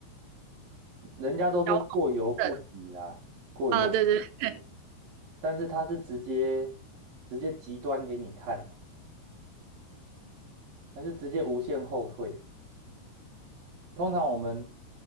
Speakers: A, on the right; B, on the right.
A: 人家都说过犹不及啊，
B: 小黄人
A: 过犹，
B: 啊，对对对，
A: 但是他是直接直接极端给你看，他是直接无限后退。通常我们